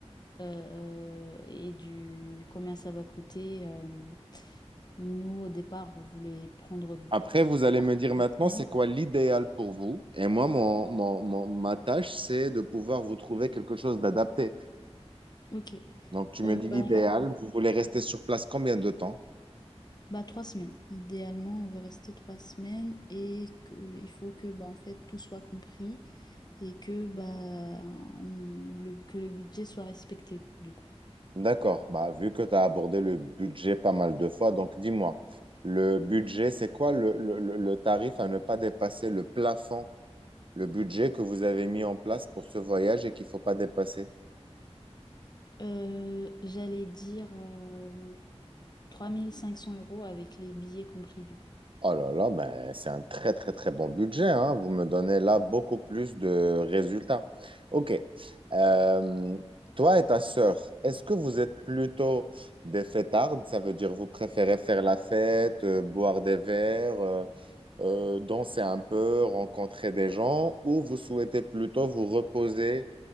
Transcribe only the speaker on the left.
euh, et du combien ça va coûter. euh. nous, au départ, on voulait prendre
trois
semaines.
Ok.
Euh,
bah,
bah, trois semaines. Idéalement, on veut rester trois semaines et que, il faut que bah, en fait, tout soit compris et que, bah, on- le, que le budget soit respecté, du coup.
Euh, j'allais dire euh, 3500 euros avec les billets compris, du coup.